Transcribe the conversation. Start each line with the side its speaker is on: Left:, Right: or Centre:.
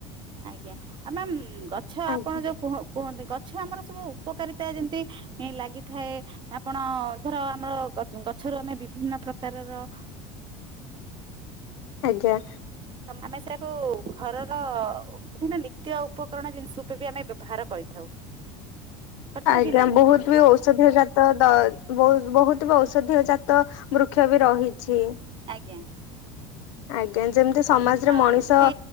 Right: ଆଜ୍ଞା ଆ ମ୍ୟମ୍ ଗଛ
Left: ଆଜ୍ଞା
Right: ଆପଣ ଯୋଉ କୁହ କୁହନ୍ତି ଗଛ ଗଛ ଆମର ସବୁ ଉପକାରିତା ଯେମତି ଲାଗିଥାଏ ଆପଣ ଧର ଆମର ଗଛରୁ ଆମେ ବିଭିନ୍ନ ପ୍ରକାରର
Left: ଆଜ୍ଞା
Right: ଆମେ ସେ ତୁ ଘରର ବିଭିନ୍ନ ନିତ୍ୟ ଉପକରଣ ଜିନିଷ ଉପରେ ବି ଆମେ ବ୍ୟବହାର କରିଥାଉ କରିଥାଉ
Left: ଆଜ୍ଞା
Right: କି ନାଇଁ
Left: ବହୁତ ବି ଔଷଧି ଜାତ ବହୁ ବହୁତ ଔଷଧୀୟ ଜାତ ବୃକ୍ଷ ବି ରହିଛି।
Right: ଆଜ୍ଞା।
Left: ଆଜ୍ଞା ଯେମିତି ସମାଜରେ
Right: ହଁ
Left: ମଣିଷ
Right: ଯେମିତି